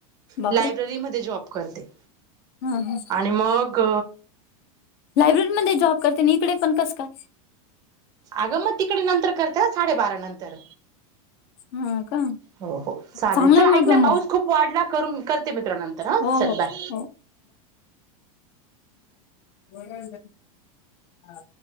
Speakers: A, on the left (about 45°); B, on the right (about 20°).
A: बापरे
B: लायब्ररीमध्ये जॉब करते
A: हा हा
B: आणि मग
A: लायब्ररीमध्येध्ये जॉब करते ना इकडे पण कस का
B: अगं मग तिकडे नंतर करते साडेबारा नंतर
A: हा का
B: हो हो चालेल
A: चांगलं
B: चल ऐक
A: ग
B: ना
A: मग
B: पाऊस खूप वाढला करून करते मित्र नंतर हा
A: हो
B: चल
A: हो
B: बाय
A: हो बाय हा